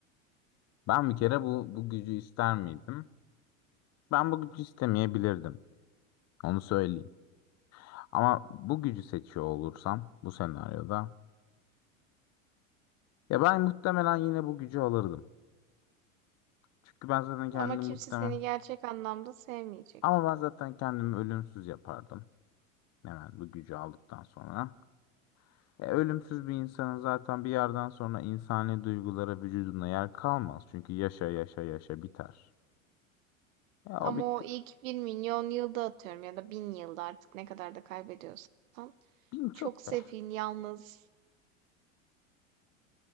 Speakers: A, on the left; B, on the right.
A: Ben bir kere bu, bu gücü ister miydim? Ben bu gücü istemeyebilirdim. Onu söyleyeyim. Ama bu gücü seçiyor olursam bu senaryoda ya ben muhtemelen yine bu gücü alırdım. Çünkü ben zaten kendimi
B: Ama kimse
A: muhtemel.
B: seni gerçek anlamda sevmeyecek.
A: Ama ben zaten kendimi ölümsüz yapardım. Hemen bu gücü aldıktan sonra. E, ölümsüz bir insanın zaten bir yerden sonra insani duygulara vücuduna yer kalmaz. Çünkü yaşa yaşa yaşa biter. Ya
B: Ama
A: o bitti.
B: o ilk bir milyon yılda atıyorum ya da bin yılda artık ne kadar da kaybediyorsan.
A: Bin çok
B: Çok sefil,
A: be.
B: yalnız